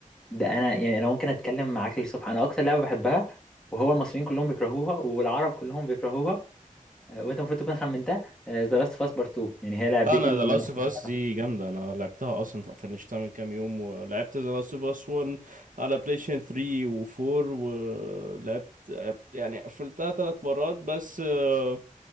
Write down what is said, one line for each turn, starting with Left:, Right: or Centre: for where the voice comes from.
Centre: ده انا يعني انا ممكن اتكلم معاك للصبح انا اكتر لعبه بحبها وهو المصريين كلهم بيكرهوها والعرب كلهم بيكرهوها آه، وانت المفروض تكون خمنتها ذا لاست اوف اس بارت 2 يعني هي لعبتي
Right: لا انا
Centre: المفضله
Right: ذا لاست اوف اس دي جامده انا لعبتها اصلا فنشتها من كام يوم ولعبت ذا لاست اوف اس 1 على بلاي ستيشن 3 و4 ولعبت لعبت- يعني قفلتها ثلاث مرات بس آه،